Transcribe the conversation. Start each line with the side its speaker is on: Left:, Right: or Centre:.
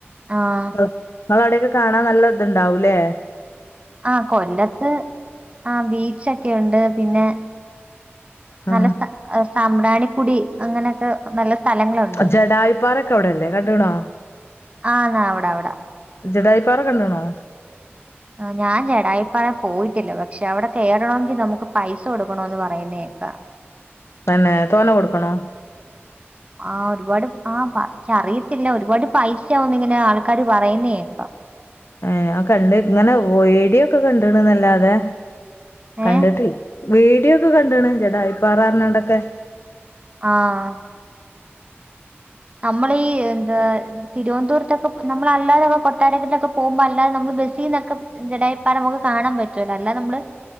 Right: ആഹ്
Left: നിമ്മൾ അവിടെൊക്കെ കാണാൻ നല്ല ഇത്ണ്ടാവുംല്ലേ
Right: ആഹ കൊല്ലത്ത് ആ ബീച്ച്ൊക്കെ ഉണ്ട് പിന്നെ
Left: ആ
Right: നല്ല സാ സാമ്പ്രാണി പൊടി അങ്ങനെയൊക്കെ നല്ല സ്ഥലങ്ങളുണ്ട്
Left: ജടായിപ്പാറക്കെ അവിടെല്ലേ കണ്ടണോ
Right: ആന്ന് അവിടെ അവിടെ
Left: ജടായിപ്പാറ കണ്ടണോ
Right: ആ ഞാൻ ജടായിപ്പാറ പോയിട്ടില്ല പക്ഷെ അവിടെ കേയറണമെങ്കിൽ നമുക്ക് പൈസ കൊടുക്കണന്ന് പറയുന്നേക്കാ
Left: പിന്നെ തോന്ന കൊടുക്കണോ
Right: ആഹ് ഒരുപാട് ആഹ് പറിയത്തില്ല ഒരുപാട് പൈസാവുന്നിങ്ങനെ ആൾക്കാാര് പറയുന്നേക്കാം
Left: ഏ ആ കണ്ട് ഇങ്ങനെ വീഡിയൊക്കെ കണ്ടണ് നല്ലാതെ കണ്ടിട്ടില്ല
Right: ഏഹ്
Left: വീഡിയോ ഒക്കെ കണ്ടണ് ചടാ ഇപ്പറാണ്ടൊക്കെ
Right: ആഹ നമ്മളെ ഈ എന്താ. തിരുവനന്തപുരത്തൊക്കെ നമ്മള അല്ലാതെ കൊട്ടാരക്കിലൊക്കെ പോക്പോ അല്ലാതെ നമ്മള് ബസ്സിൽ നിന്നൊക്കെ ജടായപ്പാരമൊക്കെ കാണാൻ പറ്റുമല്ലോ അല്ലാതെ നമ്മള്